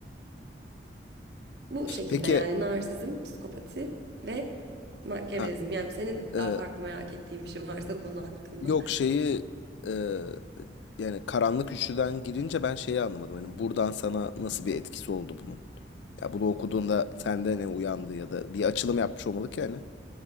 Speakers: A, on the right; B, on the left.
A: Bu şekilde
B: Peki
A: yani narsizm, psikopati ve Machiavellizm.
B: ha
A: Yani senin
B: e,
A: daha farklı merak ettiğin bir şey varsa konu hakkında.
B: yok şeyi e, yani karanlık üçlüden girince ben şeyi anlamadım. Hani buradan sana nasıl bir etkisi oldu bunun? Ya bunu okuduğunda sende ne uyandı ya da bir açılım yapmış olmalı ki yani